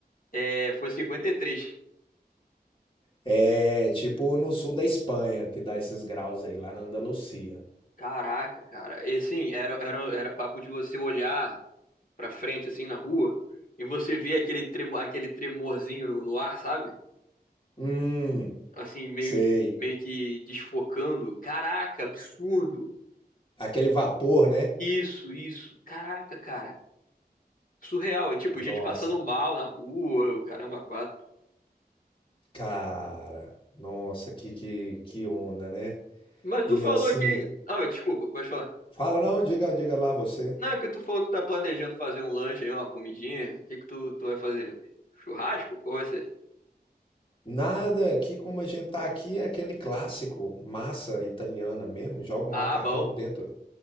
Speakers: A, on the left; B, on the left.
A: É, foi 53.
B: é tipo no sul da Espanha, que dá esses graus aí, lá na Andalucia.
A: Caraca, cara. E sim, era, era, era papo de você olhar pra frente, assim, na rua, e você ver aquele, tremo, aquele tremorzinho no, no ar, sabe?
B: Hum,
A: Assim, meio,
B: sei.
A: meio que desfocando. Caraca, absurdo.
B: Aquele vapor, né?
A: Isso, isso. Caraca, cara. surreal. É tipo,
B: Nossa,
A: gente passando mal na rua, o caramba, quatro.
B: cara. Nossa, que, que, que onda, né?
A: Mas tu
B: E
A: falou
B: assim,
A: que. Ah, oi, desculpa, pode falar.
B: fala, não, diga, diga lá você.
A: Não, é que tu falou que tá planejando fazer um lanche aí, uma comidinha. O que que tu, tu vai fazer? Churrasco? Qual vai ser?
B: Nada, aqui como a gente tá aqui é aquele clássico, massa italiana mesmo, joga
A: Ah,
B: o macarrão
A: bom.
B: dentro,